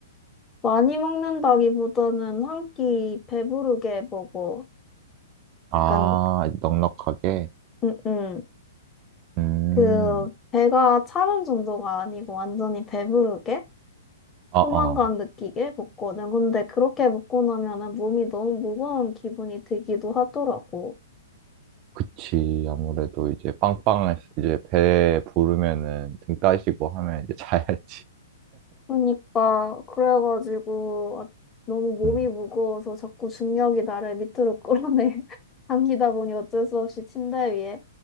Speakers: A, on the left; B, on the right.
A: 많이 먹는다기보다는 한 끼 배부르게 먹어.
B: 아,
A: 약간,
B: 넉넉하게?
A: 음, 음.
B: 음,
A: 그, 배가 차는 정도가 아니고 완전히 배부르게?
B: 아,
A: 포만감
B: 아.
A: 느끼게 먹거든. 근데 그렇게 먹고 나면은 몸이 너무 무거운 기분이 들기도 하더라고.
B: 그치. 아무래도 이제 빵빵해서 이제 배 부르면은 등 따시고 하면 이제 <laughs> 자야지.
A: 그러니까, 그래가지고, 아, 너무 몸이
B: 음.
A: 무거워서 자꾸 중력이 나를 밑으로 끌어내. <laughs> 당기다 보니 어쩔 수 없이 침대 위에.